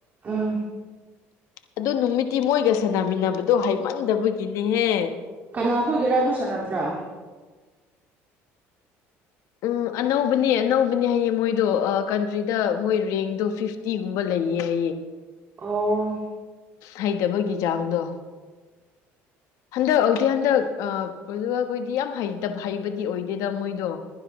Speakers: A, on the right; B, on the left.
A: ꯎꯝ
B: ꯑꯗꯨ ꯅꯨꯃꯤꯠꯇꯤ ꯃꯣꯏꯒ ꯁꯥꯟꯅꯃꯤꯟꯅꯕꯗꯣ ꯍꯩꯃꯟꯗꯕꯒꯤꯅꯦꯍꯦ
A: ꯀꯅꯥ ꯈꯏꯒꯦꯔꯥ ꯑꯗꯨ ꯁꯥꯟꯅꯕ꯭ꯔꯥ
B: ꯎꯝ ꯑꯅꯧꯕꯅꯦ ꯑꯅꯧꯕꯅꯦ ꯍꯥꯏꯌꯦ ꯃꯣꯏꯗꯣ ꯀꯟꯇ꯭ꯔꯤꯗ ꯃꯣꯏ ꯔꯦꯡꯗꯣ ꯐꯤꯐꯇꯤꯒꯨꯝꯕ ꯂꯩ <unintelligible>
A: ꯑꯣ
B: ꯍꯩꯇꯕꯒꯤ ꯆꯥꯡꯗꯣ
A: <inaudible>
B: ꯍꯟꯗꯛ ꯍꯧꯗꯤꯦ ꯍꯟꯗꯛ ꯑ ꯑꯩꯈꯣꯏꯗꯤ ꯌꯥꯝ ꯍꯩꯕꯗꯤ ꯑꯣꯏꯗꯦꯗ ꯃꯣꯏꯗꯣ